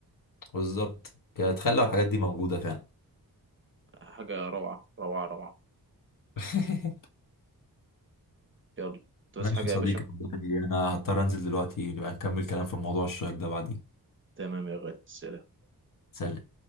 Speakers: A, on the left (about 60°); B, on the right (about 35°).
A: بالظبط يا تخلى الحاجات دي موجودة فعلا
B: حاجة روعة روعة روعة
A: <laughs>
B: يلا انت بس
A: ماشي
B: حاجة
A: يا صديقي
B: يا باشا
A: والله انا هضطر انزل دلوقتي نبقى نكمل كلام في موضوع الشيك ده بعدين
B: تمام يا غالي سلام.
A: سلام